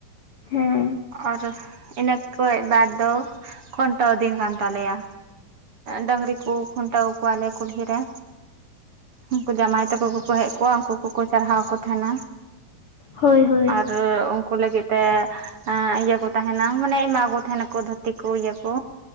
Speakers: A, on the left (about 55°); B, on the right (about 45°).
A: ᱦᱮᱸ
B: ᱟᱨ ᱤᱱᱟᱹ ᱠᱷᱚᱡ ᱵᱟᱫᱽ ᱫᱚ ᱠᱷᱩᱱᱴᱟᱹᱣ ᱫᱤᱱ ᱠᱟᱱ ᱛᱟᱞᱮᱭᱟ ᱰᱟᱹᱝᱨᱤ ᱠᱚ ᱠᱷᱩᱱᱴᱟᱹᱣ ᱠᱚᱣᱟᱞᱮ ᱠᱩᱞᱦᱤ ᱨᱮ ᱩᱱᱠᱩ ᱡᱟᱶᱟᱭ ᱛᱟᱠᱚ ᱠᱚᱠᱚ ᱦᱮᱡ ᱠᱚᱜᱼᱟ ᱩᱱᱠᱩ ᱠᱚᱠᱚ ᱥᱟᱨᱦᱟᱣ ᱠᱚ ᱛᱟᱦᱮᱱᱟ
A: ᱦᱳᱭ ᱦᱳᱭ
B: <inaudible> ᱩᱱᱠᱩ ᱞᱟᱹᱜᱤᱫ ᱛᱮ ᱮᱸᱻ ᱤᱭᱟᱹ ᱠᱚ ᱛᱟᱦᱮᱱᱟ ᱢᱟᱱᱮ ᱮᱢᱟ ᱠᱚ ᱛᱟᱦᱮᱱᱟᱠᱚ ᱫᱷᱩᱛᱤ ᱠᱚ ᱤᱭᱟᱹ ᱠᱚ